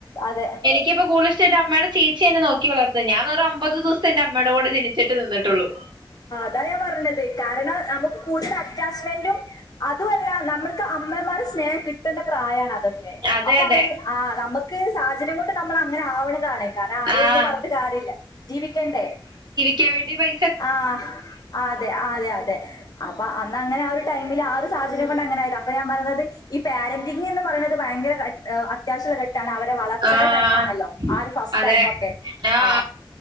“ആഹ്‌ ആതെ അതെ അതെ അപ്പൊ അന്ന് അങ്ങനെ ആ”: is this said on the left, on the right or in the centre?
Left